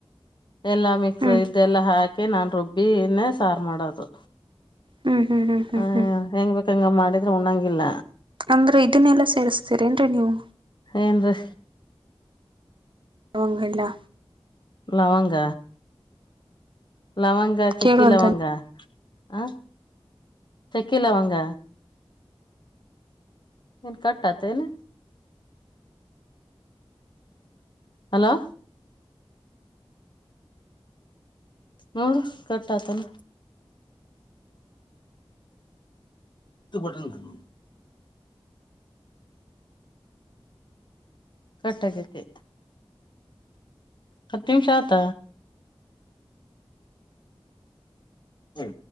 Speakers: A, on the left; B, on the right.
A: ಎಲ್ಲಾ ಮಿಕ್ಸ್
B: ಹ್ಮ್
A: ಇದೆಲ್ಲ ಹಾಕಿ ನಾರುಬ್ಬಿನೇ ಸಾರು ಮಾಡೋದು
B: ಹ್ಮ್ ಹ್ಮ್ ಹ್ಮ್ ಹ್ಮ್
A: ಹ
B: ಹ್ಮ್
A: ಹೆಂಗ್ ಬೇಕಂಗ ಮಾಡಿದ್ರೆ ಉಣಂಗಿಲ್ಲ
B: ಅಂದ್ರೆ ಇದನ್ನೆಲ್ಲಾ ಸೇರ್ಸ್ತೀರೇನ್ರೀ ನೀವು
A: ಹೇಂದು
B: ಲವಂಗಲ್ಲ
A: ಲವಂಗ ಲವಂಗ ಚೆಕ್ಕಿ
B: ಕೇಳೋಲ್ದ
A: ಲವಂಗ ಹ ಚಕ್ಕಿ ಲವಂಗ ಹ ಕಾಟಾ ತನು ಹಲೋ ಹ ಕಟ್ಟಾ ತನ್ನ ಇ ಬಟ್ಟನ್ ಹ ಕಟ್ಟಗೈತೆ ಹತ್ತು ನಿಮಿಷ ಆತ ಹ್ಮ